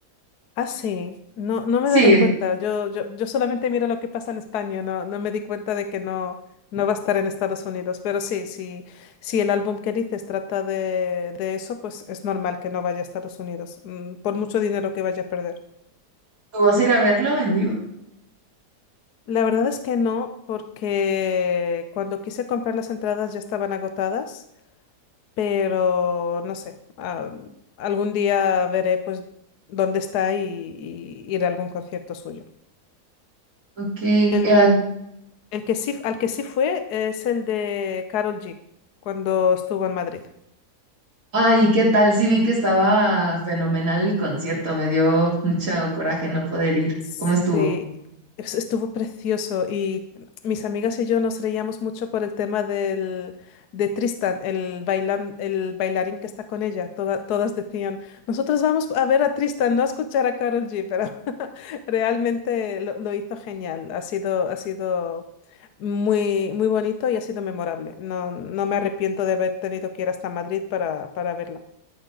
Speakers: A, on the left; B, on the right.
A: Ah, sí, no, no me
B: Sí,
A: he dado cuenta. Yo, yo, yo solamente miro lo que pasa en España, no, no me di cuenta de que no, no va a estar en Estados Unidos. Pero sí, sí, si el álbum que dices trata de, de eso, pues es normal que no vaya a Estados Unidos, mm, por mucho dinero que vaya a perder.
B: ¿tú vas a ir a verlo en vivo?
A: La verdad es que no, porque cuando quise comprar las entradas ya estaban agotadas, pero no sé, ah, algún día veré pues dónde está y, y ir a algún concierto suyo.
B: Ok,
A: El,
B: eh,
A: El que sí, al que sí fue es el de Carol G, cuando estuvo en Madrid.
B: ay, ¿qué tal? Sí vi que estaba fenomenal el concierto, me dio mucho coraje no poder ir.
A: Sí,
B: ¿Cómo estuvo?
A: es- estuvo precioso y mis amigas y yo nos reíamos mucho por el tema del, de Tristan, el bailan, el bailarín que está con ella. Toda- todas decían, nosotros vamos a ver a Tristan, no a escuchar a Carol G, pero <laughs> realmente lo, lo hizo genial. Ha sido, ha sido muy, muy bonito y ha sido memorable. No, no me arrepiento de haber tenido que ir hasta Madrid para, para verla.